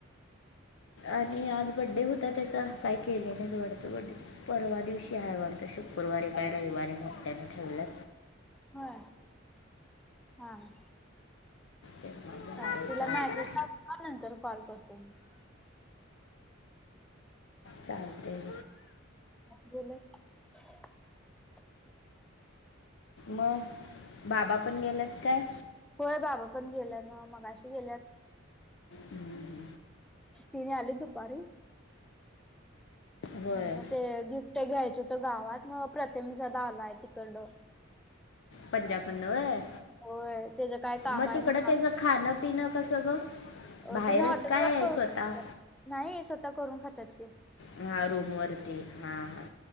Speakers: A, on the left; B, in the centre.
A: आणि आज बड्डे होता त्याचा, काही केलेला नाही वाटत बड्डे परवा दिवशी कायवाटतं शुकृवारी काय रविवारी मोट्याने ठेवलं.
B: होय हा.
A: तेव्हा
B: चाल तिला
A: जायचं आता
B: मॅसेज टाकू का नंतर कॉल करतो मी.
A: चालतय.
B: गेलं <unintelligible>
A: म बाबा पण गेल्यात काय?
B: होय बाबा पण गेल्या ना मगाशी गेल्यात.
A: हूं!
B: तिनी आले दुपारी.
A: होय
B: हो म ते गिफ्ट घ्यायच होतं गावात म प्रतीम सधा आलाय तिकड.
A: पंजाबमधनं होय
B: होय त्याच काय काम
A: मग
B: आहे
A: तिकडं
B: म्हणु
A: त्याचं
B: आ
A: खाणं पिणं कसं ग.
B: अ
A: बाहेरच
B: तिने हॉटेलवर
A: काय
B: करून
A: स्वतः
B: खात्यात, नाही स्वतः करून खात्यात त्या.
A: हा रूम वरती हा हा